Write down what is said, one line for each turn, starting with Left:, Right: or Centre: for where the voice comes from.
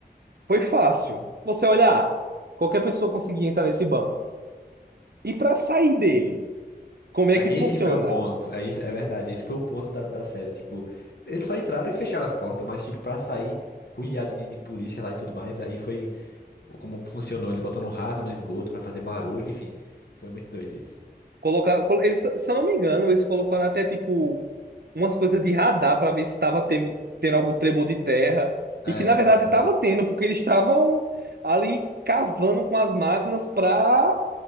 Right: foi fácil. Você olhar, qualquer pessoa conseguia entrar nesse banco. E para sair dele, como é
Left: É,
Right: que funciona?
Left: Esse foi o ponto. É, isso, é verdade. Esse foi o ponto da, da série. Tipo, eles só entraram e fecharam as portas, mas, tipo, pra sair rodeado de, de polícia lá e tudo mais, aí foi como funcionou. Eles botando um rato no esgoto pra fazer barulho, enfim. Foi muito doido isso.
Right: Colocar, col- eles, se eu não me engano, eles colocaram até, tipo, umas coisas de radar para ver se estava tendo, tendo algum tremor de terra. E
Left: É,
Right: que, na verdade,
Left: isso
Right: estava
Left: aí.
Right: tendo, porque eles estavam ali cavando com as máquinas para